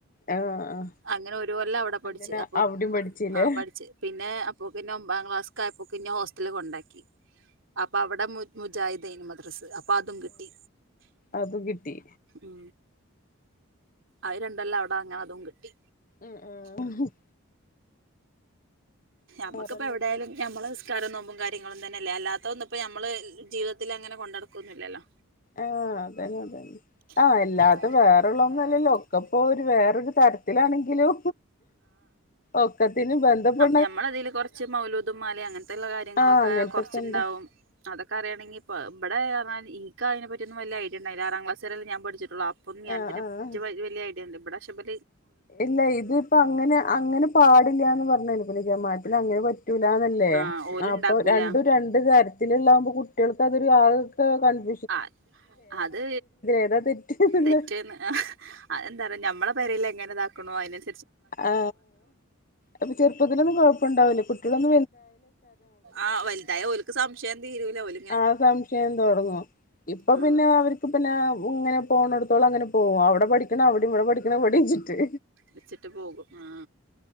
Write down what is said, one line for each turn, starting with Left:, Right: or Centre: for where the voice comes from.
Left: ആഹ് ആഹ്
Right: അങ്ങനെ ഒരുപല്ല അവിടെ പഠിച്ചത്
Left: അങ്ങനെ
Right: അപ്പൊ
Left: അവിടെയും പഠിച്ചില്ലേ
Right: ആ പഠിച്ചു പിന്നെ ന്നെ ഒമ്പാം ക്ലാസ്യപ്പോെ ഹോസ്റ്റല കൊണ്ടാക്കി അപ്പൊ അവിടെ മുജ അ മദ്രസ് അപ്പൊ അതും കിട്ടി
Left: അതും കിട്ടി
Right: ഉ അത്ണ്ടല്ല അവിടെ അങ്ങനെ അതും കിട്ടി
Left: ഉ ഉ <unintelligible>
Right: മ്മക്കിപ്പ
Left: വേറെന്തൊക്കെ
Right: എവിടെയാലും നമ്മുടെ വിസ്കാരം നോമ്പും കാര്യങ്ങളും തന്നെല്ല അല്ലാത്ത ഒന്ന അപ്പൊ നമ്മള് ജീവിതത്തിൽ അങ്ങനെ കൊണ്ട നടക്കൊന്നുമില്ലല്ലോ
Left: ആഹ അതന്നെ അതന്നെ ആഹ അല്ലാത്ത
Right: ആ
Left: വേറെള്ളന്നല്ലല്ലോ
Right: അല്ലാതെ വേറെള്ളൊന്നും
Left: ഒക്കെപ്പോൊ ഒരു വേറൊരു തരത്തിലാണെങ്കിലും ഒക്കത്തിനി ബന്ധപ്പെ
Right: ഞമ്മള അതിൽ കുറച്ച് മൗലോദമാല അങ്ങനത്തെയുള്ള കാര്യങ്ങളൊക്കെ
Left: ആഹ് അങ്ങനത്തൊക്കെ
Right: കുറച്ചുണ്ടാവും
Left: ഉണ്ട്
Right: അതൊക്കെ അറിയയാണെങ്കി ഇ ഇവിടൊൽ എനി അതിന പറ്റിയൊന്ന വല്ല ഐഡിയണ്ടായിില്ല ആറാം ക്ലാസ് വരെല്ല ഞാ പഠിച്ചിട്ടുള്ള അൊ ഞാൻ
Left: ആഹ് ആഹ്
Right: വലിയഐിയണ്ട് ഇവിടെ പക്ഷെല
Left: ഇല്ല ഇതിപ്പൊ അങ്ങനെ അങ്ങനെ പാടില്ലന്ന് പറഞ്ഞപ്പ ജമാറ്റൽ അങ്ങനെറ്റ റ്റലാന്നല്ലേ
Right: ആഹ് ഓല്
Left: അപ്പൊ
Right: ഇണ്ടാക്കൂല
Left: രണ്ടും രണ്ട താര്രത്തിലള്ളാവകുമ്പോ കുട്ടികൾക്ക് അതൊരു ആൊക്കെ കണ്ട
Right: ആ അത്
Left: ഏതാ തെറ്റ്ന്നുള്ള
Right: തെറ്റന്ന് എന്താ പറയാ ഞമ്മളെ പരൽ എങ്ങനെതാക്കണോ അതിനന്
Left: ആ അപ്പൊ ചെറുപ്പത്തിലൊന്നും കൊഴപ്പണ്ടാവില്ലേ കുട്ടികളൊന്ന
Right: ആഹ വലുതായ അവഓലക്ക് സംശയം തീരൂല അവഓല
Left: ആ സംശയം തുടങ്ങു ഇപ്പൊ
Right: ആഹ്
Left: പിന്നെ അവർക്ക്ി പിന്നെ ഇങ്ങനെ പോണ പള അങ്ങനെ പോകും അവിടെ പഠിക്കണ അവിടെ ഇവിടെ പഠിക്കണവിടെചിട്ട്
Right: വെച്ചിട്ട് പോകും ആ